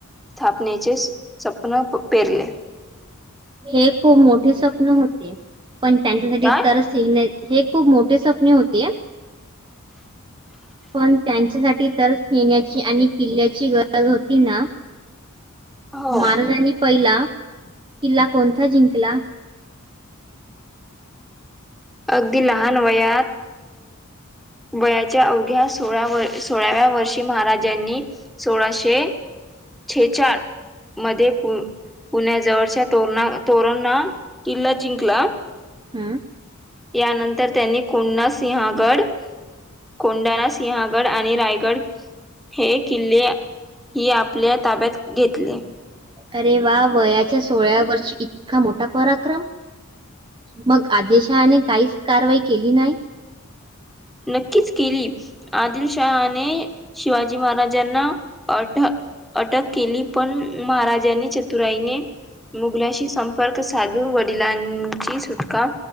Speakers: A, in the centre; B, on the right (about 25°).
A: स्थापनेचे. सपन पेरले
B: हे खूप मोठे स्वप्न होते पण त्यांच्यासाठी
A: काय?
B: तरच हे खूप मोठे स्पने होतेय पण त्यांच्यासाठी तर खेण्याची आणि किल्ल्याची गरज होती ना
A: हो.
B: महाराजांनी पहिला किल्ला कोणता जिंकला
A: अगदी लहान वयात वयाच्या अवघ्या सोळा व सोळाव्या वर्षी महाराजांनी सोळाशे छेचाळ मध्ये पु पुण्याजवळच्या तोरणा तोरणा किल्ला जिंकला.
B: हु
A: यानंतर त्यांनी कोण्णा सिहंगड कोंडाणा सिंहगड आणि रायगड. हे किल्ले ही आपल्या ताब्यात घेतले.
B: अरे वा वयाच्या सोळाव्या वर्षी इतका मोठा पराक्रम. मग आधीलशहाणे काहीच कारवाई केली नाय.
A: नक्कीच केली आदिलशहाने शिवाजी महाराजांना अ अटक केली पण महाराजांनी चतुराईने मुघलाशी संम र्कदु साधू वडिलांची सुटका